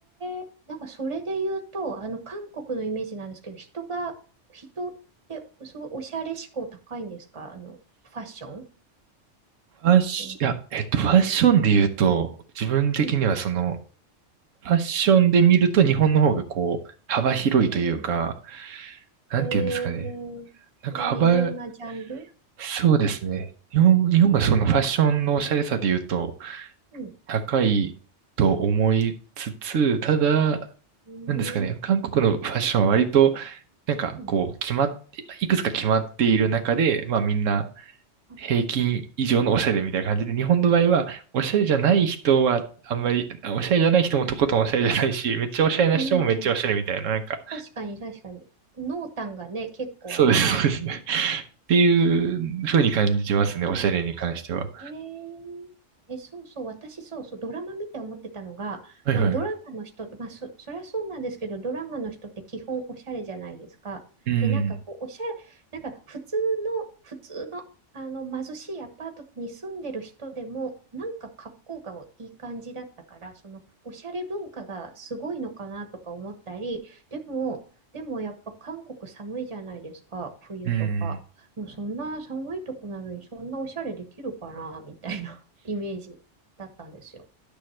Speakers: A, on the right; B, on the right.
A: え、なんかそれで言うと、あの、韓国のイメージなんですけど、人が、人ってすごいおしゃれ志向高いんですかあの、ファッション
B: ファッシ、
A: うん、
B: いや、えっと、ファッションで言うと、自分的にはその、
A: うん。
B: ファッションで見ると日本の方がこう、幅広いというか、
A: うん
B: なんて言うんですかね。
A: ええ、
B: なんか幅、
A: いや、いろんなジャンル
B: そうですね。日本、
A: うん。
B: 日本がそのファッションのおしゃれさで言うと
A: うん。
B: 高いと思いつつ、ただ、
A: う
B: なんですかね、韓国のファッションは割と、なんかこう、
A: ーん。
B: 決まって、いくつか決まっている中で、まあみんな
A: あ、
B: 平均以上のおしゃれみたいな感じで、
A: そうだ。
B: 日本の場合は、おしゃれじゃない人はあんまり、
A: うん。
B: あおしゃれじゃない人もとことんおしゃれじゃないし、
A: うん。
B: めっちゃおしゃれな人もめっちゃおしゃれみたいな、
A: うんうんうんうん。
B: なんか、
A: 確かに、確かに。濃淡がね、結構ありますよね
B: そうです、そうです。<laughs> っていう風に感じますね、おしゃれに関しては。
A: えー、え、そうそう、私そうそう、ドラマ見て思ってたのが、
B: はいはい。
A: まあ、ドラマの人、まあそ、そりゃそうなんですけど、ドラマの人って基本おしゃれじゃないですか。
B: うん、
A: で、なんかこう、おしゃれ、なんか普通の、普通の、あの貧しいアパートに住んでる人でも、なんか格好がいい感じだったから、そのおしゃれ文化がすごいのかなとか思ったり、でも、でもやっぱ韓国寒いじゃないですか、冬とか。
B: うん。
A: もうそんな寒いとこなのにそんなおしゃれできるかなみたいな <laughs> イメージだったんですよ。